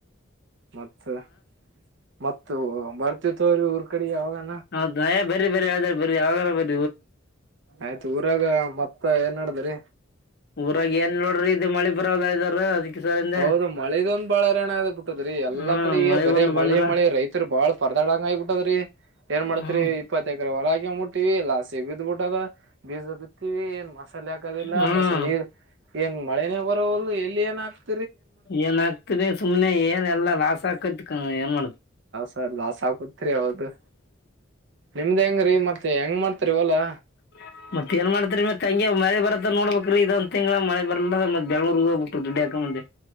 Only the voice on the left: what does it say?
ಹೌದು ನಯ ಬರಿ ಬರರಿ ಆದ ಬರರಿ ಯಾವಾಗ ಬರ <inaudible>
ಊರಾಗ ಏನ್ ನೋಡ್ರಿ ಇ ಮಳಿ ಬರದ ಇದಾರ ಅದಕ್ಕೆ ಸರಿಂದ
ಹ್ಮ್
ಬಂದ್
ಬಂದ್ರ
ಹ್ಮ್
ಹ್ಮ್
ಏನ್ ಹಾಕ್ತರಿ ಸುಮ್ನೆ ಏನ್ ಎಲ್ಲಾ ಲಾಸ್ ಹಾಕತ್ ಏನ್ ಮಾಡತ್
ಹ ಮತ್ತ ನ್ ಮಾಡತಾರೀ ಮತ್ತ ತಂಗ ಮಳ ಬತ್ತ ನೋಡ್ಬೇಕಕ್ೀ ಇದಂದ ತಿಂಗಗಳ ಮಳ ಬರ್ಲ್ಲ ಅ ಮತ್ತತ್ ಬೆಂಗಳೂರಿಗೆಗ್ ಹೋಗ್ಬೇಕು ದುಡ್ ಹಾಕ ಮಂದೆ